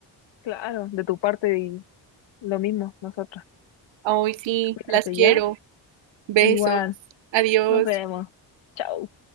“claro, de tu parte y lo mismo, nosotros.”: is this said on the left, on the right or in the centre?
Left